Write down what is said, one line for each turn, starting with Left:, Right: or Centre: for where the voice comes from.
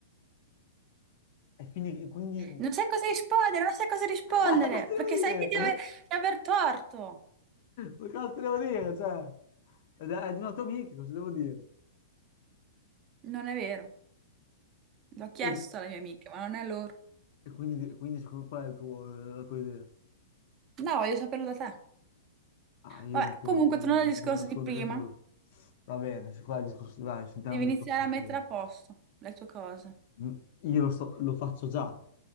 Left: E quindi... quindi...
Right: Non sai cosa rispondere, non sai cosa rispondere,
Left: <laughs> Cosa devo
Right: perché sai
Left: dire?
Right: che ti ave- di aver torto.
Left: Ma cosa ti devo dire? Cioè, è, è di una tua amica, cosa devo dire?
Right: Non è vero. L'ho chiesto
Left: E, di-
Right: alla mia amica, ma non è loro.
Left: e quindi, e quindi secondo- qual è il tuo- la tua idea?
Right: No, voglio saperlo da te.
Left: Ah, io
Right: Vabbè,
Left: non ti devo
Right: comunque,
Left: dire,
Right: tornando
Left: non
Right: al discorso
Left: ti devo nascondere
Right: di prima.
Left: nulla. Va bene, su- qua il discorso, dai, sentiamo
Right: Devi
Left: il
Right: iniziare
Left: discorso di
Right: a mettere
Left: prima.
Right: a posto le tue cose.
Left: Mm, Io lo, so- lo faccio già.